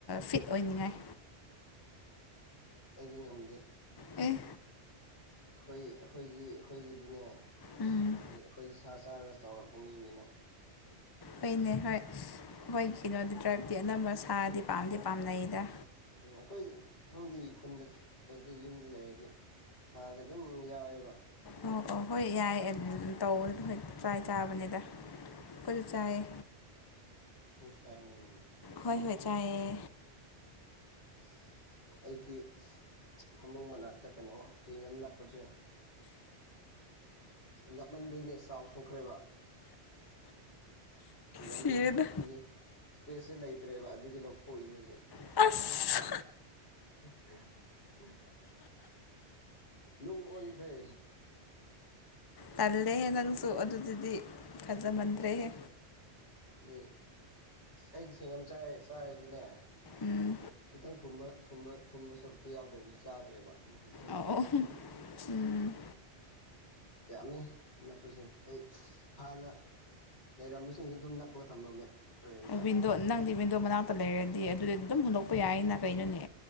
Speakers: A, on the left; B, on the left.
A: ꯐꯤꯠ ꯑꯣꯏꯅꯤꯡꯉꯥꯏ
B: ꯑꯩꯗꯤ ꯉꯝꯗꯦ
A: ꯑꯦ
B: ꯈꯣꯢ ꯑꯈꯣꯢꯒꯤ ꯑꯈꯣꯢꯒꯤꯗꯤꯅꯦ
A: ꯎꯝ
B: ꯗꯤ ꯑꯈꯣꯢꯗꯤ ꯁꯥ ꯆꯥꯔꯒ ꯆꯥꯎꯔꯛꯄ ꯃꯤꯅꯤꯅ
A: ꯍꯣꯏꯅꯦ ꯍꯣꯏ ꯑꯈꯣꯏꯒꯤ ꯀꯩꯅꯣꯗꯤ ꯇ꯭ꯔꯥꯕꯇꯤ ꯑꯅꯝꯕ ꯁꯥꯗꯤ ꯄꯥꯝꯗꯤ ꯄꯥꯝꯅꯩꯗ꯫
B: ꯎꯝ ꯑꯩꯈꯣꯏꯪꯗꯤ ꯈꯨꯟꯗ ꯆꯠꯄꯗꯤ ꯌꯨꯝꯗ ꯂꯩꯔꯗꯤ ꯁꯥꯁꯦ ꯑꯗꯨꯝ ꯌꯥꯎꯋꯦꯕ꯫
A: ꯑꯣ ꯑꯣ ꯍꯣꯢ ꯌꯥꯢ ꯑ ꯑ ꯇꯧꯕꯅꯗꯤ ꯐꯩ꯫ ꯆꯥꯢ ꯆꯥꯕꯅꯤꯗ
B: ꯎꯝ
A: ꯑꯩꯈꯣꯢꯁꯨ ꯆꯥꯢꯌꯦ꯫
B: ꯃꯤꯁꯇꯔꯝꯕꯅꯤ
A: ꯍꯣꯏ ꯍꯣꯏ ꯆꯥꯏꯌꯦ
B: ꯑꯁ ꯑꯩꯒꯤ ꯐꯃꯨꯡ ꯃꯅꯥꯛꯇ ꯀꯩꯅꯣ ꯆ꯭ꯋꯤꯡꯒꯝ ꯅꯞꯄꯖꯦ ꯅꯞꯃꯟꯕꯩꯅꯦ ꯆꯥꯎꯊꯣꯛꯈ꯭ꯔꯦꯕ ꯆ꯭ꯋꯤꯡꯉꯝꯖꯦ
A: ꯁꯤꯔꯦꯗ
B: ꯑꯗꯨꯒꯤ ꯁ꯭ꯄꯦꯁꯁꯦ ꯂꯩꯇ꯭ꯔꯦꯕ ꯑꯗꯨꯒꯤ ꯂꯧꯊꯣꯛꯏꯅꯦ ꯍꯧꯖꯤꯛ꯫
A: <unintelligible>
B: <unintelligible> ꯅꯨꯡ ꯑꯣꯟꯈ꯭ꯔꯦ
A: ꯇꯜꯂꯦꯍꯦ
B: ꯑꯩꯈꯣꯏꯒꯤ
A: ꯅꯪꯁꯨ ꯑꯗꯨꯗꯗꯤ ꯐꯖꯃꯟꯗ꯭ꯔꯦꯍꯦ꯫
B: ꯑꯝ ꯑꯁ ꯑꯩꯗꯤ ꯁꯤꯡꯒꯝ ꯆꯌꯦ ꯆꯥꯔꯗꯤꯅꯦ
A: ꯎꯝ
B: ꯈꯤꯇꯪ ꯊꯨꯝꯕ ꯊꯨꯝꯕ ꯁꯣꯔꯨꯛꯇ ꯌꯥꯎꯗ꯭ꯔꯗꯤ ꯆꯥꯗ꯭ꯔꯦꯕ ꯑꯗꯨꯝ ꯍꯨꯟꯗꯣꯛꯑꯦꯕ
A: ꯑꯧ ꯎꯝ
B: ꯑꯗꯒꯤ ꯌꯥꯝꯃꯦ ꯅꯞꯄꯁꯦ ꯑꯩ ꯍꯥꯟꯅ ꯂꯩꯔꯝꯕꯁꯤꯡꯖꯨ ꯑꯗꯨꯝ ꯅꯞꯄꯒ ꯊꯝꯃꯝꯃꯦ꯫ ꯔꯦꯟꯗ
A: ꯋꯤꯟꯗꯣ ꯅꯪꯗꯤ ꯋꯤꯟꯗꯣ ꯃꯅꯥꯛꯇ ꯂꯩꯔꯗꯤ ꯑꯗꯨꯗꯤ ꯑꯗꯨꯝ ꯍꯨꯟꯗꯣꯛꯄ ꯌꯥꯏꯌꯦꯅ ꯀꯩꯅꯣꯅꯦ